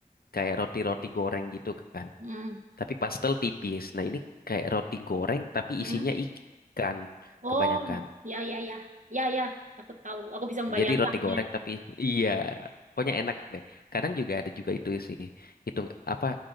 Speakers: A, on the left; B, on the right.
A: Kayak roti-roti goreng gitu kan.
B: Hmm.
A: Tapi pastel tipis. Nah, ini kayak roti goreng tapi
B: Hmm.
A: isinya ikan
B: Oh,
A: kebanyakan.
B: ya ya ya. Ya ya, aku tahu. Aku bisa membayangkannya.
A: Jadi roti goreng tapi iya, pokoknya enak deh. Kadang juga ada juga itu sih. Itu apa